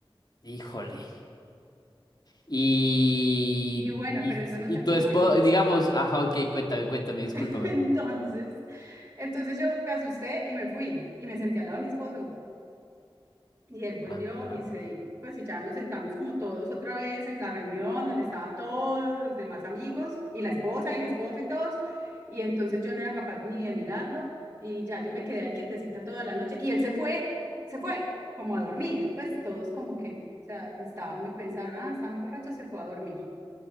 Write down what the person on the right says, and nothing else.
Y bueno,
pero eso
no terminó
ahí.
<laughs> Entonces, entonces yo me asusté y me fui y me senté al lado de mi esposo. Y él volvió
y se, pues y ya nos sentamos como todos otra vez en la reunión donde estaban todos los demás amigos y la esposa y mi esposo y todos. Y entonces yo no era capaz ni de mirarlo y ya yo me quedé ahí quietecita toda la noche y él se fue, se fue como a dormir. Pues todos como que, o sea, estaba muy, pensaron, ah, está muy borracho, se fue a dormir.